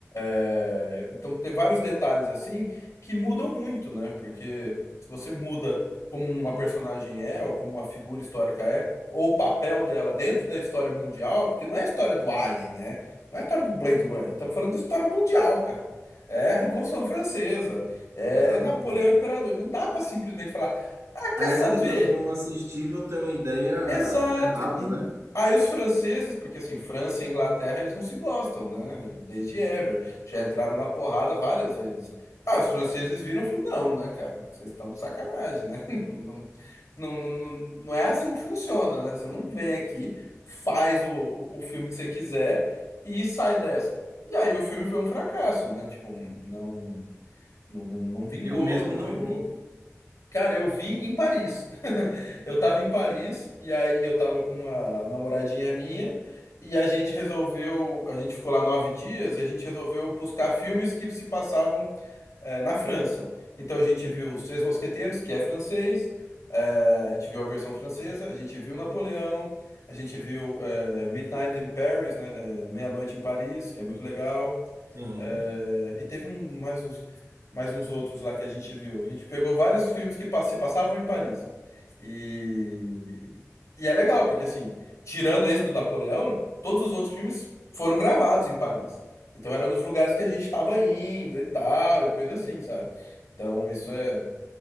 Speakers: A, on the left; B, on the right.
A: É, então tem vários detalhes assim que mudam muito, né? Porque se você muda como uma personagem é, ou como uma figura histórica é, ou o papel dela dentro da história mundial, porque não é a história do Alien, né? Não é a história do Blade Runner, estamos falando da história mundial, cara. É a Revolução Francesa, é
B: Exatamente.
A: Napoleão Imperador. Não dá para simplesmente falar, ah, quer
B: Aí
A: saber?
B: as pessoas vão assistir e vão ter uma ideia
A: Exato.
B: errada,
A: E-
B: né?
A: aí os franceses, porque assim, França e Inglaterra, eles não se gostam, né? Desde ever. Já entraram na porrada várias vezes. Ah, os franceses viram e falaram, não, né, cara? Vocês estão de sacanagem, né? <laughs> Não, não, não, não, não é assim que funciona, né? Você não vem aqui, faz o, o o filme que você quiser e sai dessa. E aí o filme foi um fracasso, né? Tipo, um- não, não, não, não vingou,
B: Eu mesmo
A: não
B: não
A: virou.
B: vi.
A: Cara, eu vi em Paris. <laughs> Eu tava em Paris e aí eu tava com uma namoradinha minha e a gente resolveu, a gente ficou lá nove dias e a gente resolveu buscar filmes que se passavam eh, na França. Então a gente viu Os Três Mosqueteiros, que é francês, eh, a gente viu a versão francesa, a gente viu Napoleão, a gente viu eh, Midnight in Paris, né, eh, Meia-Noite em Paris, que é muito legal.
B: Sim.
A: É, e teve um- mais uns, mais uns outros lá que a gente viu. A gente pegou vários filmes que pa- se passavam em Paris. E, e é legal, porque assim, tirando esse do Napoleão, todos os outros filmes foram gravados em Paris. Então era nos lugares que a gente estava indo e tal, e coisa assim, sabe? Então isso é,